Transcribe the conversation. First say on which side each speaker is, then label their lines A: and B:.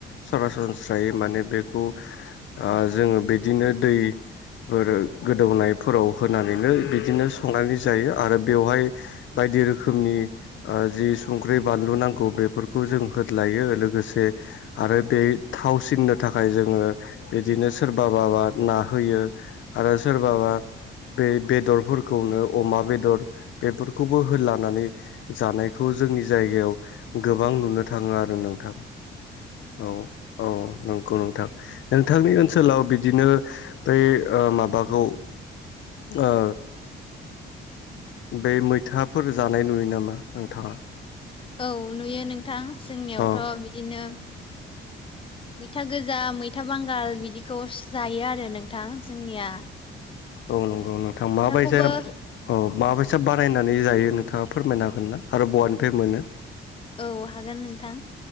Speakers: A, on the left; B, on the left.
A: सरासनस्रायै माने बेखौ ओ जोङो बिदिनो दै फोरो गोदौनायफोराव होनानैनो बिदिनो संनानै जायो आरो बेवहाय बायदि रोखोमनि ओ‌ जि संख्रि बानलु नांगौ बेफोरखौ जों होदलायो लोगोसे आरो बे थावसिननो थाखाय जोङो बिदिनो सोरबा बाबा ना होयो आरो सोरबाबा बेै बेदरफोरखौनो अमा बेदर बेफोरखौबो होदलानानै जानायखौ जोंनि जायगायाव गोबां नुनो थाङो आरो नोंथां औ औ नंगौ नोंथां नोंथांनि ओनसोलाव बिदिनो बै ओ माबाखौ ओ बै मैथाफोर जानाय नुयो नामा नोंथाङा
B: औ नुयो नोंथां जोंनियावथ'
A: औ
B: बिदिनो मैथा गोजा मैथा बांगाल बिदिखौ जायो आरो नोंथां जोंनिया
A: औ नंगौ
B: ओ
A: नोंथां माबायजाब
B: मैथाखौबो
A: औ माबाबैसा बानायनानै जायो नोंथाङा फोरमायनो हागोन ना आरो बहानिफ्राय मोनो
B: औ हागोन नोंथां